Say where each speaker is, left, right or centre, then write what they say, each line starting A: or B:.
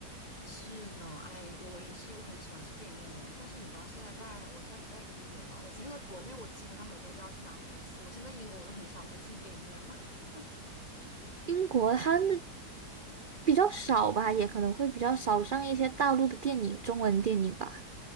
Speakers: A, on the left; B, on the right.
A: 是的，哎，我也是一个很喜欢去电影院的人。但是你知道，现在在我现在不在英国嘛？我现在在国内，我基本上每周都要去两三次。我现在英国，我都很少再进电影院了。<laughs>
B: 英国它的比较少吧，也可能会比较少上一些大陆的电影，中文电影吧。